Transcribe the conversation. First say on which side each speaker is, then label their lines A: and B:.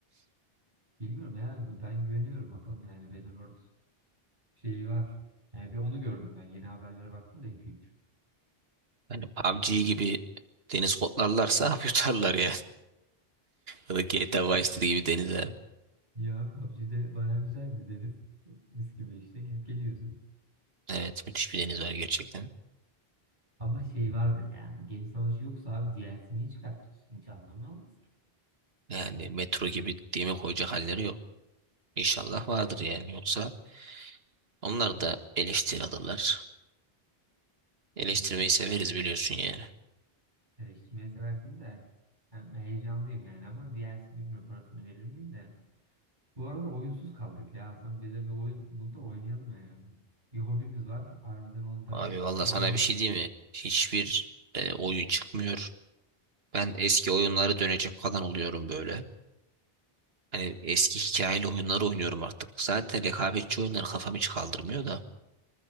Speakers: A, on the right (about 50°); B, on the right (about 75°).
A: Bilmiyorum ya ben güveniyorum bakalım yani Battlelord şeyi var. Yani bir onu gördüm ben. Yeni haberlere baktım da iki üç.
B: Yani PUBG gibi deniz kodlarlarsa <laughs> yutarlar ya. Ya da GTA Vice City gibi deniz var.
A: Ya PUBG'de bayağı güzeldi dedin. Mis gibi işte gidip geliyorsun.
B: Evet müthiş bir deniz var gerçekten.
A: Ama şey vardır ya. Gemi savaşı yoksa abi DLC'ni niye çıkartıyorsun? Hiç anlamı olmaz ki.
B: Yani metro gibi demir koyacak halleri yok. İnşallah vardır yani yoksa Onlar da eleştiri alırlar. Eleştirmeyi
A: Bilmiyorum.
B: severiz biliyorsun yani.
A: Eleştirmeyi seversin de. Ben heyecanlıyım yani ama DLC bilmiyorum parasını verir miyim de. Bu arada oyunsuz kaldık ya Hasan. Bize bir oyun bul da oynayalım yani. Bir hobimiz var. Harbiden onu da
B: Abi valla
A: yapamıyoruz.
B: sana bir şey diyeyim mi? Hiçbir e, oyun çıkmıyor. Ben eski oyunlara dönecek falan oluyorum böyle. Hani eski hikayeli oyunları oynuyorum artık. Zaten rekabetçi oyunlar kafam hiç kaldırmıyor da.